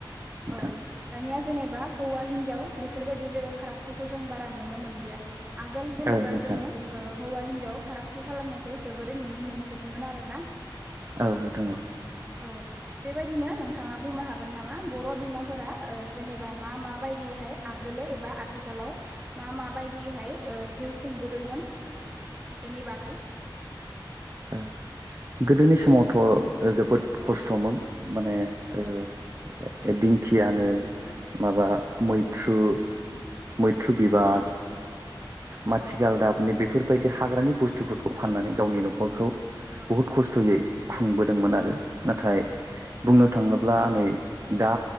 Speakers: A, on the right; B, on the right.
A: नोंथां
B: औ दानिया जेनेबा हौवा हिन जाव बेफोरबायदि जेबो फारागथिखौ जों बारा नुनो मोनलिया आगोल जेनेबा
A: औ नोंथां
B: जों ओ हौवा हिनजाव फारागथि खालामनाय खौ जोबोरै नुनो मोनसिगोनमोन आरो ना।
A: औ नोंथां औ।
B: औ बेबायदिनो नोंथाङा बुंनो हागोन ना मा बर' बिमाफोरा ओ जेनेबा मा मा बायदिहाय आगोलो एबा आथिखालाव मा मा माबायदिहाय ओ जिउ खुंबोदोंमोन बेनि बागै?
A: ओ गोदोनि समावथ' जोबोद खस्थ'मोन माने
B: औ
A: ओ दिंखियानो माबा
B: औ
A: मैथ्रु, मैथ्रु बिबार माथिगालदाबनि
B: औ
A: बेफोरबायदि हाग्रानि बुस्थुफोरखौ फाननानै गावनि न'खरखौ
B: औ
A: बुहुत खस्थ'यै खुंबोदोंमोन
B: औ
A: आरो नाथाय बुंनो थाङो ब्ला नै दा